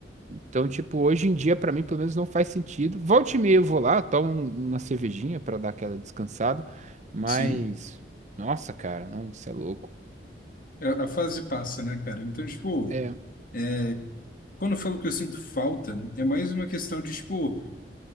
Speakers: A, on the right; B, on the left.
A: Então, tipo, hoje em dia, pra mim, pelo menos não faz sentido. Volte e meia eu vou lá, tomo um- uma cervejinha pra dar aquela descansada, mas,
B: sim.
A: nossa, cara, não, você é louco.
B: A a fase passa, né, cara? Então, tipo.
A: É,
B: é, Quando eu falo que eu sinto falta, é mais uma questão de, tipo,